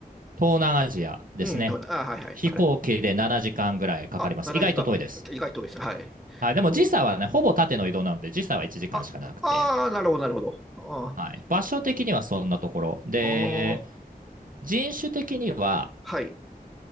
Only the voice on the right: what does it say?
東南アジアですね。
飛行機で7時間ぐらいかかります。
意外と遠いです。
はい、でも時差はね、
ほぼ縦の移動なので、時差は1時間しかなくて。
はい、場所的にはそんなところで
人種的には